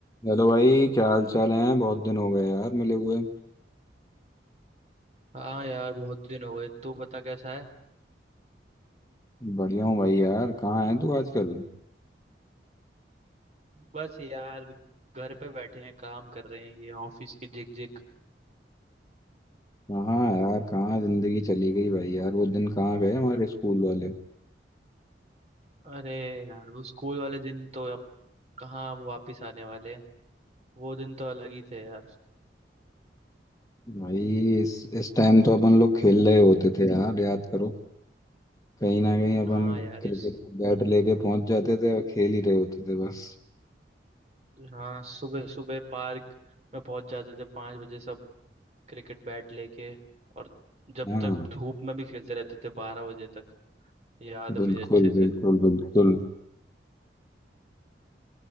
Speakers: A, on the left; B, on the right.
A: Hello भाई क्या हाल चाल है बहुत दिन हो गए यार मिले हुए
B: हाँ यार बहुत दिन हो गए तू बता कैसा है
A: बढ़िया हूँ भाई यार कहाँ है तू आजकल
B: बस यार घर पे बैठे हैं काम कर रहे हैं ये ऑफिस की झिकझिक
A: कहाँ है यार कहाँ जिंदगी चली गई भाई यार वो दिन कहाँ गए हमारे स्कूल वाले
B: अरे यार वो स्कूल वाले दिन तो अब कहाँ वो वापिस आने वाले हैं वो दिन तो अलग ही थे यार
A: भाई इस इस टाइम तो अपन लोग खेल रहे होते थे यार याद करो कहीं ना कहीं अपन
B: हाँ यार
A: क्रिकेट
B: इस
A: का बैट लेके पहुंच जाते थे और खेल ही रहे होते थे बस
B: हाँ सुबह सुबह पार्क में पहुंच जाते थे पाँच बजे सब क्रिकेट बैट लेके और जब
A: हाँ
B: तक धूप में भी खेलते रहते थे बारह बजे तक याद है
A: बिल्कुल
B: मुझे अच्छे से
A: बिल्कुल बिल्कुल